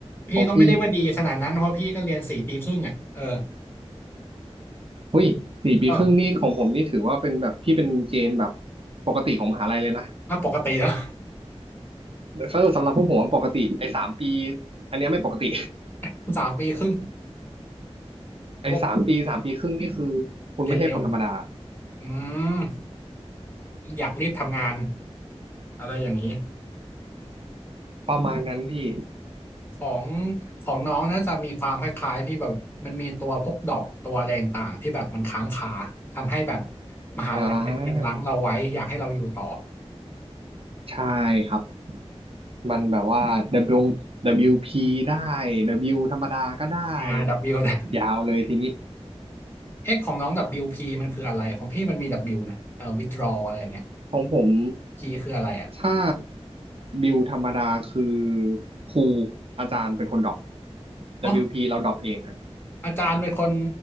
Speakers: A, on the left; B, on the right.
A: พี่ก็ไม่ได้ว่าดีขนาดนั้นเพราะพี่ก็เรียนสี่ปีครึ่งอ่ะเออ
B: ของพี่หุ้ยสี่ปีครึ่งนี่ของผมนี่ถือว่าเป็นแบบพี่เป็นเกณฑ์แบบ
A: เออ
B: ปกติของมหาลัยเลยนะ
A: น่าปกติแล้ว
B: ก็สำหรับพวกผมอะปกติไอ้สามปีอันเนี้ยไม่ปกติ
A: <laughs> สามปีครึ่ง
B: <laughs> ไอ้สามปีสามปีครึ่งนี่คือคุณไม่ใช่คนธรรมดา
A: พวกเรียนเร็วอืมอยากรีบทำงานอะไรอย่างนี้
B: ประมาณนั้นพี่
A: ของของน้องน่าจะมีความคล้ายๆพี่แบบมันมีตัวพวกดรอปตัวอะไรต่างๆที่แบบมันค้างคาทำให้แบบมหาลัยยังรั้งเราไว้อยากให้เราอยู่ต่อ
B: อ่า ใช่ครับมันแบบว่า W WP ได้ W ธรรมดาก็ได้
A: อา W
B: กดยาวเลยทีนี้
A: นะ เอ็กของน้อง WP มันคืออะไรของพี่มันมี W นะเอ่อ withdraw อะไรอย่างเงี้ย
B: ของผม
A: G คืออะไรอ่ะ
B: ถ้า W ธรรมดาคือครูอาจารย์เป็นคนดรอป WP
A: อ๋อ
B: เบิลยูพีเราดรอปเองอ่ะ
A: อาจารย์เป็นคน